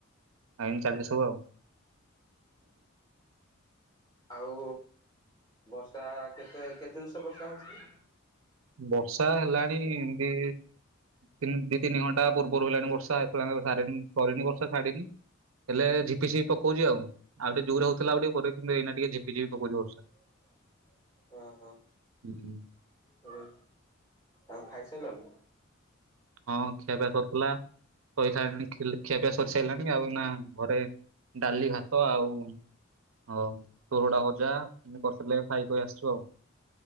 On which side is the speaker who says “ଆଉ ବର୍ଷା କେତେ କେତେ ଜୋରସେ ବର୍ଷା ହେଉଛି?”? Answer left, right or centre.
Left